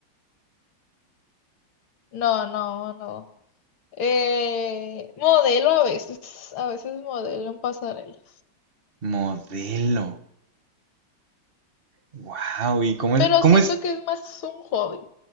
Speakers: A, on the left (about 75°); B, on the right (about 50°).
A: No, no, no. Eh, modelo a veces, a veces modelo en pasarelas.
B: modelo. Wow, ¿y cómo es,
A: Pero
B: cómo
A: siento
B: es?
A: que es más un hobby.